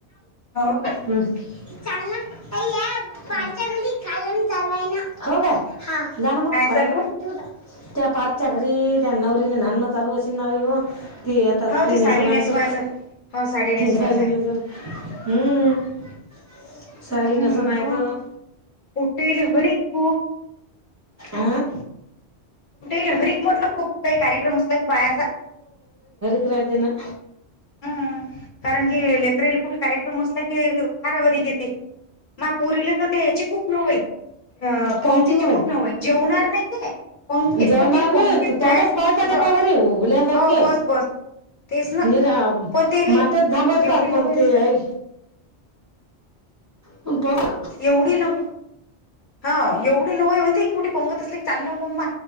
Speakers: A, on the left; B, on the right.
A: हो काय
B: ह चालल या पा कालून चालवाय ना हो काय जाण
A: काय
B: मग पाया
A: चालू
B: न
A: आहे
B: त्या पारथच्या घरी त्या नवरीला नणं चालू अस ना बाई हो ते आता
A: हो
B: साडीने
A: ते साडी
B: सुनाय
A: नेसवायचं
B: तो
A: हो नेसवायचं
B: साडी
A: आहे
B: न जाण हम्म साडी
A: हम्
B: नेसून आहे
A: हो
B: तर
A: पोटेल हरी खूप
B: अं
A: कुठे हरीिक म्हटलं खूप काही कार्यक्रम असत की पायाचा
B: प्र्रयतीनां
A: कारण की लेकरराईला कुठे कार्यक्रम असला की फार हारी घेते मापोरले तर ते याची खूप नवई अं पंक्तीची
B: काची होय
A: खूप नावई जेवणार नाही ते पंखी
B: जेवणार
A: पण तिला
B: नाही
A: पंतीत
B: तर
A: जायचं
B: तोंडच पाहतात
A: म्हटलं
B: ते
A: ह
B: का बरे हुल्यासारखे
A: हो बस बस तेच ना
B: निरा
A: पण ते ल
B: माटेत झांबलतात
A: एवढी
B: पण
A: न होईल ते
B: ऐ- प पता
A: एवढी ना हा एवढी लोई होती की कुठे पंगत असले चाल ना मम्मा